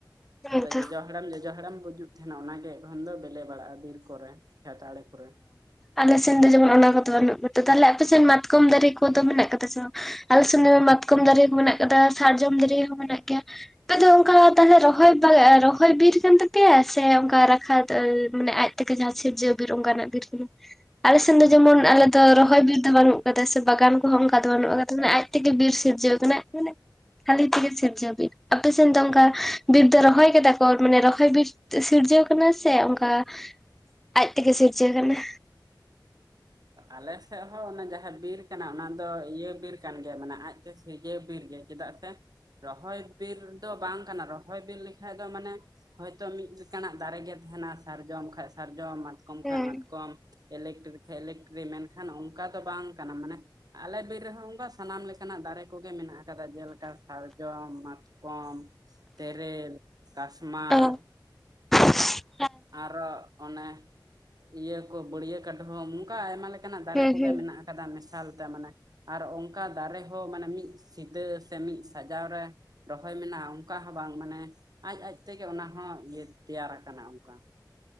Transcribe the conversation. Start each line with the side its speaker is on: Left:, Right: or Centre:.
Right: ᱟᱫᱚ
Centre: ᱦᱮᱸᱛᱚ
Right: ᱡᱚᱡᱚ ᱦᱟᱲᱟᱢ ᱡᱚᱡᱚ ᱦᱟᱲᱟᱢ ᱜᱩᱡᱩᱜ ᱡᱟᱦᱱᱟᱜ ᱚᱱᱟᱜᱮ ᱮᱠᱷᱚᱱ ᱫᱚ ᱵᱮᱞᱮ ᱵᱟᱲᱟᱜᱼᱟ ᱵᱤᱨ ᱠᱚᱨᱮ ᱠᱷᱮᱛ ᱟᱲᱮ ᱠᱚᱨᱮ᱾
Centre: ᱟᱞᱮᱥᱮᱱ ᱫᱚ ᱡᱮᱢᱚᱱ ᱚᱱᱟ ᱠᱚᱫᱚ ᱵᱟᱹᱱᱩᱜ ᱠᱚᱫᱟ ᱛᱟᱦᱞᱮ ᱟᱯᱮᱥᱮᱱ ᱢᱟᱛᱠᱚᱢ ᱫᱟᱨᱮ ᱠᱚᱫᱚ ᱢᱮᱱᱟᱜ ᱠᱟᱫᱟ ᱥᱮ ᱵᱟᱝ ᱟᱞᱮ ᱫᱚᱢᱮ ᱢᱟᱛᱠᱚᱢ ᱫᱟᱨᱮ ᱦᱚᱸ ᱢᱮᱱᱟᱜ ᱟᱠᱟᱫᱟ ᱥᱟᱨᱡᱚᱢ ᱫᱟᱨᱮ ᱦᱚᱸ ᱢᱮᱱᱟᱜ ᱜᱮᱭᱟ ᱟᱯᱮ ᱫᱚ ᱚᱱᱠᱟ ᱛᱟᱦᱚᱞᱮ ᱨᱚᱦ ᱨᱚᱦᱚᱭ ᱵᱤᱨ ᱠᱟᱱ ᱛᱟᱯᱮᱭᱟ ᱥᱮ ᱚᱱᱠᱟ ᱨᱟᱠᱷᱟ ᱢᱟᱱᱮ ᱟᱡ ᱛᱮᱜᱮ ᱡᱟᱦᱟᱸ ᱥᱤᱨᱡᱟᱹᱣ ᱵᱤᱨ ᱚᱱᱠᱟᱱᱟᱜ ᱵᱤᱨ ᱠᱟᱱᱟ᱾ ᱟᱞᱮᱥᱮᱱ ᱫᱚ ᱡᱮᱢᱚᱱ ᱟᱞᱮ ᱫᱚ ᱨᱚᱦᱚᱭ ᱵᱤᱨ ᱫᱚ ᱵᱟᱹᱱᱩᱜ ᱟᱠᱟᱫᱟ ᱥᱮ ᱵᱟᱜᱟᱱ ᱠᱚᱦᱚᱸ ᱚᱱᱠᱟ ᱫᱚ ᱵᱟᱹᱱᱩᱜ ᱟᱠᱟᱫᱟ ᱢᱟᱱᱮ ᱟᱡ ᱛᱮᱜᱮ ᱵᱤᱨ ᱥᱤᱨᱡᱟᱹᱣ ᱠᱟᱱᱟ ᱢᱟᱱᱮ ᱠᱷᱟᱹᱞᱤ ᱛᱮᱜᱮ ᱥᱤᱨᱡᱟᱹᱣ ᱵᱤᱨ ᱟᱯᱮ ᱥᱮᱱ ᱫᱚᱝᱠᱟ ᱵᱤᱛ ᱫᱚ ᱨᱚᱦᱚᱭ ᱠᱟᱫᱟ ᱠᱚ ᱢᱟᱱᱮ ᱨᱚᱦᱚᱭ ᱵᱤᱨ ᱛᱮᱜ ᱥᱤᱨᱡᱟᱹᱣ ᱠᱟᱱᱟ ᱥᱮ ᱚᱱᱠᱟ ᱟᱡ ᱛᱮᱜᱮ ᱥᱤᱨᱡᱟᱹ ᱠᱟᱱᱟ
Right: ᱟᱞᱮᱥᱮᱫ ᱦᱚᱸ ᱚᱱᱟ ᱡᱟᱦᱟᱸ ᱵᱤᱨ ᱠᱟᱱᱟ ᱚᱱᱟ ᱫᱚ ᱤᱭᱟᱹ ᱵᱤᱨ ᱠᱟᱱ ᱜᱮᱭᱟ ᱢᱟᱱᱮ ᱟᱡ ᱛᱮ <unintelligible> ᱪᱮᱫᱟᱜ ᱥᱮ ᱨᱚᱦᱚᱭ ᱵᱤᱨ ᱫᱚ ᱵᱟᱝ ᱠᱟᱱᱟ ᱨᱚᱦᱚᱭ ᱵᱤᱨ ᱞᱮᱠᱟᱡ ᱫᱚ ᱢᱟᱱᱮ ᱦᱳᱭᱛᱳ ᱢᱤᱫ ᱞᱮᱠᱟᱱᱟᱜ ᱫᱟᱨᱮ ᱜᱮ ᱛᱟᱦᱮᱱᱟ ᱥᱟᱨᱡᱚᱢ ᱠᱷᱟᱱ ᱥᱟᱨᱡᱚᱢᱟ᱾ ᱠᱚᱢ
Centre: ᱦᱮᱸ
Right: ᱠᱷᱟᱡ ᱢᱟᱛᱠᱚᱢ ᱠᱷᱟᱱ ᱢᱟᱛᱠᱚᱢ ᱤᱞᱮᱠᱴᱨᱤᱠ ᱠᱷᱟᱱ ᱤᱞᱮᱠᱴᱨᱤᱠ ᱢᱮᱱᱠᱷᱟᱱ ᱚᱱᱠᱟ ᱫᱚ ᱵᱟᱝ ᱠᱟᱱᱟ ᱢᱟᱱᱮ ᱟᱞᱮ ᱵᱤᱨ ᱨᱮᱦᱚᱸ ᱚᱱᱠᱟ ᱥᱟᱱᱟᱢ ᱞᱮᱠᱟᱱᱟᱜ ᱫᱟᱨᱮ ᱠᱚᱜᱮ ᱢᱮᱱᱟᱜ ᱟᱠᱟᱫᱟ ᱡᱮᱞᱮᱠᱟ ᱥᱟᱨᱡᱚᱢ, ᱢᱟᱛ ᱠᱚᱢ ᱛᱮᱨᱮᱞ ᱠᱟᱥᱢᱟᱨ
Centre: ᱚ <unintelligible>
Right: ᱟᱨᱚ ᱚᱱᱮ ᱤᱭᱟᱹ ᱠᱚ ᱵᱟᱹᱲᱭᱟᱹ ᱠᱟᱰᱷᱩᱢ ᱦᱚᱸ ᱱᱚᱝᱠᱟ ᱟᱭᱢᱟ ᱞᱮᱠᱟ ᱱᱟᱜ ᱫᱟᱨᱮ
Centre: ᱦᱩᱸ
Right: ᱠᱚᱜᱮ
Centre: ᱦᱩᱸ
Right: ᱢᱮᱱᱟᱜ-ᱟ ᱟᱠᱟᱫᱟ ᱢᱮᱥᱟᱞ ᱛᱮ ᱢᱟᱱᱮ ᱟᱨ ᱚᱱᱠᱟ ᱫᱟᱨᱮ ᱦᱚᱸ ᱢᱟᱱᱮ ᱢᱤᱫ ᱥᱤᱫᱟᱹ ᱥᱮ ᱢᱤᱫ ᱥᱟᱡᱟᱣ ᱨᱮ ᱨᱚᱦᱚᱭ ᱢᱮᱱᱟᱜᱼᱟ ᱚᱱᱠᱟ ᱦᱚᱸ ᱵᱟᱝ ᱢᱟᱱᱮ ᱟᱡ ᱟᱡ ᱛᱮᱜᱮ ᱚᱱᱟ ᱦᱚᱸ ᱤᱭᱟᱹ ᱛᱮᱭᱟᱨ ᱟᱠᱟᱱᱟ᱾ ᱚᱠᱟ